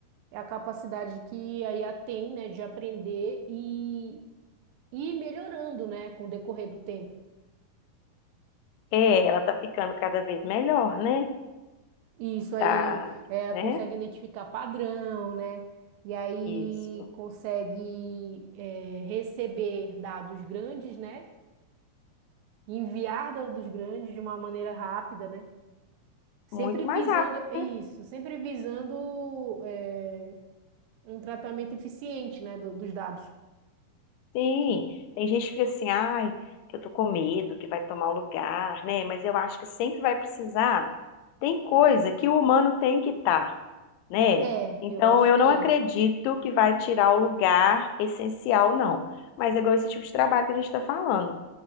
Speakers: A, on the right (about 75°); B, on the left (about 90°).
A: É a capacidade que a IA tem, né, de aprender e e ir melhorando, né, com o decorrer do tempo.
B: É, ela tá ficando cada vez melhor, né?
A: E isso aí
B: Tá,
A: é,
B: né?
A: consegue identificar padrão, né? E aí
B: Isso.
A: consegue é, receber dados grandes, né? Enviar dados grandes de uma maneira rápida, né? Sempre
B: Muito
A: visando
B: mais rápido,
A: é
B: né?
A: isso, sempre visando é, um tratamento eficiente, né, do- dos dados.
B: Sim. Tem gente que fica assim, ai, que eu tô com medo, que vai tomar o lugar, né? Mas eu acho que sempre vai precisar. Tem coisa que o humano tem que estar, né?
A: É,
B: Então,
A: eu acho
B: eu
A: que
B: não acredito
A: é.
B: que vai tirar o lugar essencial, não. Mas é igual esse tipo de trabalho que a gente está falando.